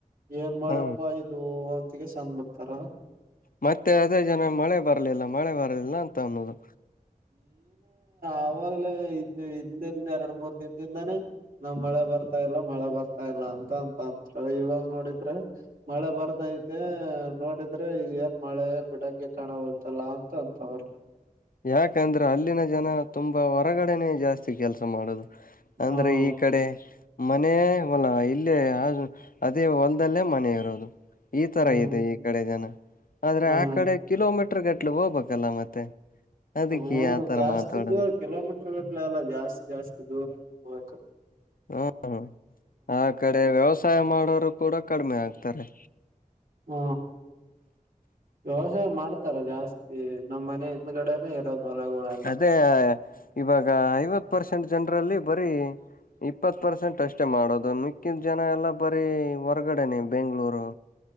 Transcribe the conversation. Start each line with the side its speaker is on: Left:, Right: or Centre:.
Right: ಏನ್ ಮಾಡ್ಯಪ್ಪ
Left: ಹ
Right: ಇದು ಅಂತಗೆ ಚೆಂದ್ ಬಿಡ್ತಾರ
Left: ಮತ್ತೆ ಅದೇ ಜನ ಮಳೆ ಬರ್ಲಿಲ್ಲ ಮಳೆ ಬರಲಿಲ್ಲ ಅಂತ ಅನ್ನೋದು
Right: ಆವಾಗ್ಲ ಇದ ಹಿಂದಿಂದ ಎರಡ್ ಮೂರ್ ದಿನದಿಂದಾನೇ ನಾವ್ ಮಳೆ ಬರ್ತಾ ಇಲ್ಲ ಮಳೆ ಬರ್ತಾ ಇಲ್ಲ ಅಂತ ಅಂತ ಅಂದರು ಇವಾಗ ನೋಡಿದ್ರೆ ಮಳೆ ಬರ್ತೈತೆ ನೋಡಿದ್ರೆ ಇ ಏನ್ ಮಳೆ ಬಿಡಂಗೆ ಕಾಣಬಲ್ತಲ್ಲ ಅಂತ ಅಂತವರು
Left: ಯಾಕಂದ್ರೆ ಅಲ್ಲಿನ ಜನ ತುಂಬಾ ಹೊರಗಡೆನೆೇ ಜಾಸ್ತಿ ಕೆಲ್ಸ ಮಾಡುದು ಅಂದ್ರೆ
Right: ಹ್ಮ್
Left: ಈ ಕಡೆ ಮನೆ ಹೊಲ ಇಲ್ಲೇ ಅದೇ ಒಂದಲ್ಲೇ ಮನೆ ಇರೋದು ಈ ತರ
Right: ಹ್ಮ್
Left: ಇದೆ ಈ ಕಡೆ ಜನ ಆದ್ರೆ
Right: ಹ್ಮ್
Left: ಆ ಕಡೆ ಕಿಲೋಮೀಟರ್ ಗಟ್ಲೆಗ್ ಹೋಗ್ಬೇಕಲ್ಲ ಮತ್ತೆ ಅದಕ್ಕೆ
Right: ಹ್ಮ
Left: ಆತರ
Right: ಜಾಸ್ತಿ
Left: ಮಾತಾಡೋದು
Right: ದೂರ ಕಿಲೋಮೀಟರ್ ಗಟ್ಲೆ ಎಲ್ಲ ಜಾಸ್ತಿ ಜಾಸ್ತಿ ದೂರನ ಹೋಗ
Left: ಹ್ಮ ಆ ಕಡೆ ವ್ಯವಸಾಯ ಮಾಡೋರು ಕೂಡ ಕಡಿಮೆ ಆಗ್ತಾರೆ
Right: ಹ್ಮ ವ್ಯವಸಾಯ ಮಾಡ್ತಾರ ಜಾಸ್ತಿ ನಮ್ಮ ಮನೆ ಹಿಂದಗಡೆ ಎರ ಭಲ ಗುಡಲ್ಲ
Left: ಅದೇ ಇವಾಗ ಐವತ್ ಪರ್ಸೆಂಟ್ ಜನರಲ್ಲಿ ಬರೀ ಇಪ್ಪತ್ ಪರ್ಸೆಂಟ್ ಅಷ್ಟೇ ಮಾಡೋದು ಮಿಕ್ಕಿದ ಜನ ಎಲ್ಲಾ ಬರೀ ಹೊರ್ಗಡೆನೆ ಬೆಂಗಳೂರು